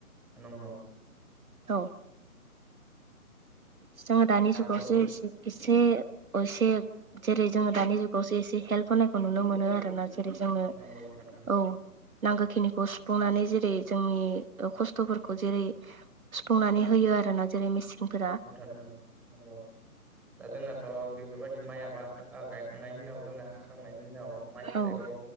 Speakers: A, in the centre; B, on the right.
A: नंगौ
B: औ जोङो दानि
A: दाथ'
B: जुगावसो एसे एसे-एसे जेरै जोङो दानि जुगावसो एसे हेल्प होनायखौ नुनो मोनो आरोना जेरै जोंनो
A: नंगौ नोंथां नंगौ
B: औ नांगौखिनिखौ सुफुंनानै जेरै जोंनि ओ खस्थ'फोरखौ जेरै सुफुंनानै होयो आरोना जेरै मिसिंफोरा
A: नगौनंगौ दा जोंनाथ' बेफोरबायदि माइ आबाद आ गायखांनायनि उनाव जोंना हाखांनायनि उनाव माइ फिथाइखौ
B: औ